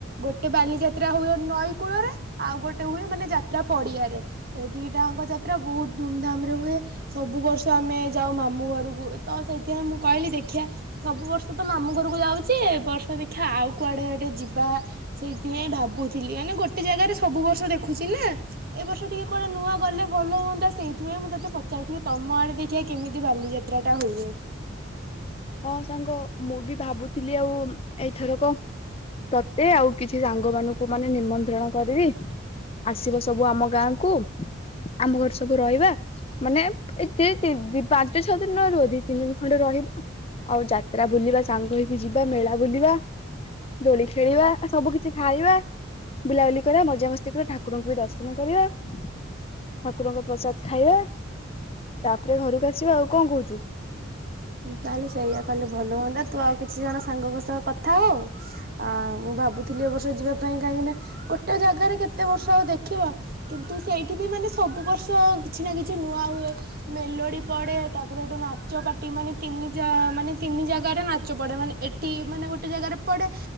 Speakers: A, on the right; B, on the left.
A: ଗୋଟେ ବାଲିଯାତ୍ରା ହୁଏ ନଈ କୂଳରେ ଆଉ ଗୋଟେ ହୁଏ ମାନେ ଯାତ୍ରା ପଡିଆରେ। ଏ ଦିଟାଙ୍କ ଯାତ୍ରା ବହୁତ ଧୁମଧାମ ରେ ହୁଏ ସବୁ ବର୍ଷ ଆମେ ଯାଉ ମାମୁଁ ଘରକୁ ତ ସେଇଥିପାଇଁ ମୁଁ କହିଲି ଦେଖିଆ ସବୁ ବର୍ଷ ତ ମାମୁଁ ଘରକୁ ଯାଉଛି ଏ ବର୍ଷ ଦେ ଆଉ କୁଆଡେ ଗୋଟେ ଯିବା ସେଇଥିପାଇଁ ଭାବୁଥିଲି ମାନେ ଗୋଟେ ଜାଗାରେ ସବୁ ବର୍ଷ ଦେଖୁଛି ନା ଏ ବର୍ଷ ଟିକେ କୁଆଡେ ନୂଆ ଗଲେ ଭଲ ହୁଅନ୍ତା। ସେଇଥିପାଇଁ ମୁଁ ତୋତେ ପଚାରୁଥିଲି ତମ ଆଡେ ଦେଖିିବା କେମିତି ବାଲିଯାତ୍ରାଟା ହୁଏ।
B: ହଁ ସାଙ୍ଗ ମୁଁ ବି ଭାବୁଥିଲି ଆଉ ଏଇ ଥରକ ତତେ ଆଉ କିଛି ସାଙ୍ଗ ମାନଙ୍କୁ ମାନେ ନିମନ୍ତ୍ରଣ କରିବି ଆସିବ ସବୁ ଆମ ଗାଁକୁ ଆମ ଘରେ ସବୁ ରହିବା। ମାନେ ଏ ଦି ଦି ପାଞ୍ଚ ଛଅ ଦିନ ନ ରୁହ ଦି ତିନି ଦିନ ଖଣ୍ଡେ ରହିବ। ଆଉ ଯାତ୍ରା ବୁଲିବା ସାଙ୍ଗ ହେଇକି ଯିବା ମେଳା ବୁଲିବା ଦୋଳି ଖେଳିବା ସବୁ କିଛି ଖାଇବା ବୁଲାବୁଲି କରିବା ମଜା ମସ୍ତି କରିବା ଠାକୁରଙ୍କୁ ବି ଦର୍ଶନ କରିବା। ଠାକୁରଙ୍କ ପ୍ରସାଦ ଖାଇବା ତାପରେ ଘରକୁ ଆସିବା ଆଉ କଣ କହୁଛୁ
A: ତାହେଲେ ସେଇଆ କଲେ ଭଲ ହୁଅନ୍ତା। ତୁ ଆଉ କିଛି ଜଣ ସାଙ୍ଗଙ୍କ ସହ କଥା ହ ମୁଁ ଭାବୁଥିଲି ଏ ବର୍ଷ ଯିବା ପାଇଁ କାହିଁକି ନା ଗୋଟେ ଜାଗାରେ କେତେ ବର୍ଷ ଆଉ ଦେଖିବା। କିନ୍ତୁ ସେଇଠି ବି ମାନେ ସବୁ ବର୍ଷ କିଛି ନା କିଛି ନୂଆ ହୁଏ ମେଲୋଡି ପଡେ ତାପରେ ଏଇଠୁ ନାଚପା ଟି ମାନେ ତିନି ଜା ମାନେ ତିନି ଜାଗାରେ ନାଚ ପଡେ ମାନେ ଏଠି ମାନେ ଗୋଟେ ଜାଗାରେ ପଡେ